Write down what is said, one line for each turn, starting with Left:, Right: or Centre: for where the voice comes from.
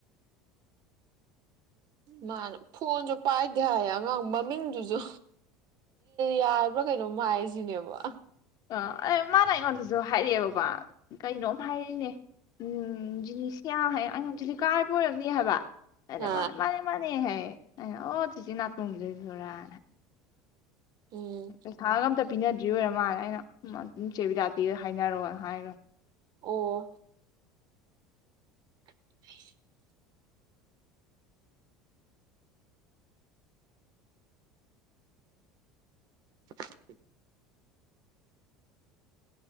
Right: ꯃꯥꯅꯦ ꯐꯣꯟꯁꯨ ꯄꯥꯏꯗꯤꯦ ꯍꯥꯏꯌꯦ ꯑꯉꯥꯡ ꯃꯃꯤꯡꯗꯨꯁꯨ ꯌꯥꯔ ꯄꯨ꯭ꯔ ꯀꯩꯅꯣ ꯃꯥꯏꯁꯤꯅꯦꯕ
Left: ꯑ ꯑꯦ ꯃꯥꯅ ꯑꯩꯉꯣꯟꯗꯁꯨ ꯍꯥꯏꯔꯛꯑꯦꯕꯀꯣ ꯀꯩꯅꯣꯝ ꯍꯥꯏ ꯅꯦ ꯎꯝ ꯁꯤꯌꯥ ꯍꯥꯏ ꯑꯩꯩꯅ ꯍꯧꯖꯤꯗꯤ ꯀꯥꯏ ꯄ ꯑꯣꯏꯔꯕꯅꯤ ꯍꯥꯏꯕ ꯑꯔꯦ
Right: ꯑ
Left: ꯃꯥꯅꯦ ꯃꯥꯅꯦ ꯃꯥꯅꯦ ꯍꯥꯏ ꯑꯩꯅ ꯑꯣ ꯆꯤꯆꯤ ꯅꯥꯇꯣꯡꯈꯤꯗꯣꯏꯗꯣꯏꯣꯔꯥꯅ
Right: ꯎꯝ
Left: ꯎꯒꯝ ꯇ ꯄꯤꯅꯗ꯭ꯔꯤ ꯑꯣꯏꯔ ꯃꯥꯜꯂꯅ ꯑꯩꯅ ꯑꯗꯨꯝ ꯏ ꯆꯦꯕꯤꯗꯥꯇꯤꯗ ꯍꯥꯏꯅꯔꯣꯑꯣꯅ ꯍꯥꯏꯔꯦ
Right: ꯑꯣ <inaudible> <inaudible>